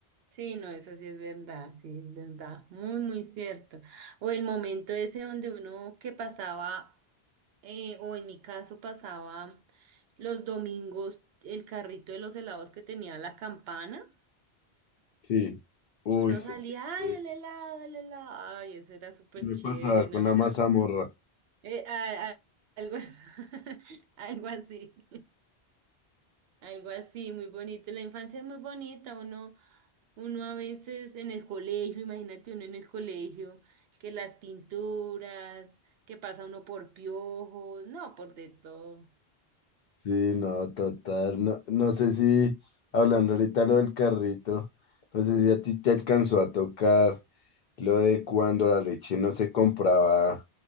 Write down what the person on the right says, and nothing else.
Sí, no, eso sí es verdad, sí, es verdad, muy, muy cierto. O el momento ese donde uno que pasaba eh, o en mi caso pasaba los domingos el carrito de los helados que tenía la campana
y uno
salía, ay,
el helado, el helado, ay, eso era súper
chévere,
una
emoción.
Eh, a- a- algo, <laughs> algo así, <laughs> algo así, muy bonito. La infancia es muy bonita, uno, uno a veces en el colegio, imagínate uno en el colegio, que las pinturas, que pasa uno por piojos, no, por de todo,